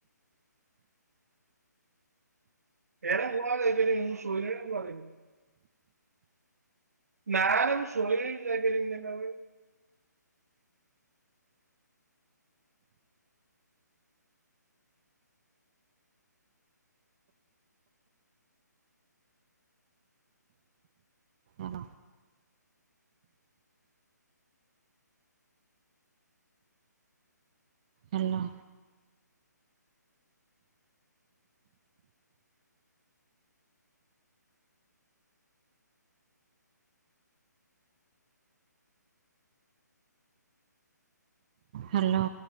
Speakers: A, on the right (about 55°); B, on the right (about 25°).
A: ହେରା ମୁଁ ଆଉ ଯାଇପାରିବିନି ମୁଁ ଶୋଇଲିଣି ମୁଁ ଆଉ ଯାଇପାରି ନାଁ ରେ ମୁଁ ଶୋଇଲିଣି ମୁଁ ଯାଇପାରିବିନେଇ ପା କହିଲି।
B: ଅହ। ହାଲୋ। ହାଲୋ।